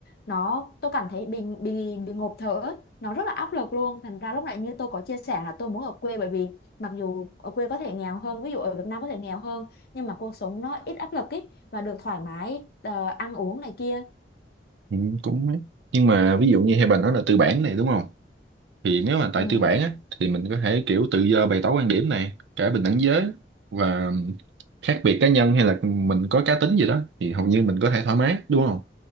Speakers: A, on the left (about 60°); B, on the right (about 80°).
A: nó tôi cảm thấy bị bị bị ngộp thở nó rất là áp lực luôn thành ra lúc nãy như tôi có chia sẻ là tôi muốn ở quê bởi vì mặc dù ở quê có thể nghèo hơn ví dụ ở Việt Nam có thể nghèo hơn nhưng mà cuộc sống nó ít áp lực ý và được thoải mái ờ, ăn uống này kia
B: ừ, cũng ấy. nhưng mà ví dụ như hai bà nói là tư bản này đúng không thì nếu mà tại
A: ừ.
B: tư bản á thì mình có thể kiểu tự do bày tỏ quan điểm này cả bình đẳng giới và khác biệt cá nhân hay là mình có cá tính gì đó thì hầu như mình có thể thoải mái đúng không